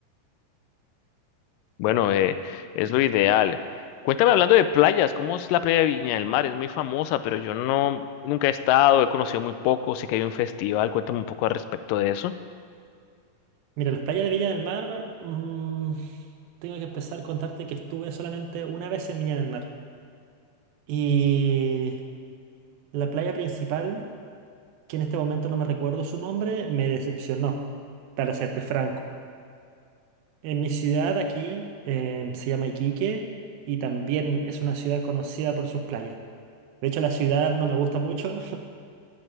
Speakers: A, on the left (about 80°); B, on the right (about 80°).
A: Bueno, eh, es lo ideal. Cuéntame hablando de playas, ¿cómo es la playa de Viña del Mar? Es muy famosa, pero yo no, nunca he estado, he conocido muy poco, sé que hay un festival, cuéntame un poco al respecto de eso.
B: Mira, las playas de Viña del Mar, mm, tengo que empezar a contarte que estuve solamente una vez en Viña del Mar. Y la playa principal que en este momento no me recuerdo su nombre, me decepcionó, para serte franco. En mi ciudad aquí em, se llama Iquique y también es una ciudad conocida por sus playas. De hecho, la ciudad no me gusta mucho, <laughs>